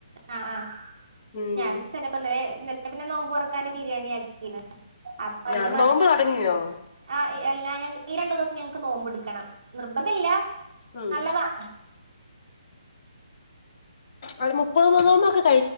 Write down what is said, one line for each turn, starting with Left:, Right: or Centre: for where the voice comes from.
Right: ആഹ് ആഹ്
Left: ഉം
Right: ഞാനും തന്നെപ്പന്നലെ ഇന്നലെ പിന്നെ നോമ്പുറക്കാന് ബിരിയാണി ആക്കിന്ന് അപ്പ അയ്ന്റെ
Left: ആ
Right: മ
Left: നോമ്പ് തുടങ്ങിയോ
Right: ആഹ് ഏയ്‌ എല്ലാ ഞങ്ങക്ക് ഈ രണ്ട് ദിവസം ഞങ്ങക്ക് നോമ്പ് ട്ക്കണം നിർബന്ധല്ല
Left: ഉം
Right: നല്ലതാണ്.
Left: അത് മുപ്പത് മൊ മോക്ക്